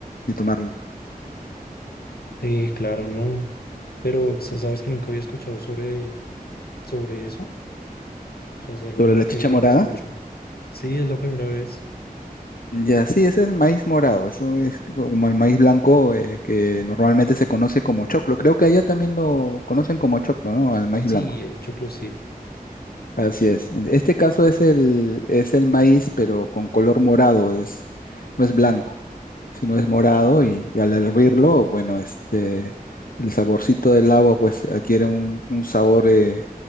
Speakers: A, on the left; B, on the left.
A: y tomarlo.
B: Eh, claro, no, pero sa- sabes que nunca había escuchado sobre, sobre eso. O sea, es algo
A: Sobre
B: nuevo
A: la chicha
B: que la verdad
A: morada,
B: escucho. Sí, es la primera vez.
A: ya sí, ese es el maíz morado, eso es como el maíz blanco eh, que normalmente se conoce como choclo. Creo que allá también lo conocen como choclo, ¿no? Al maíz
B: Sí,
A: blanco.
B: el choclo sí.
A: Así es. En este caso es el, es el maíz, pero con color morado, es, no es blanco. si no es morado y, y al hervirlo, bueno, este, el saborcito del agua pues adquiere un, un sabor eh,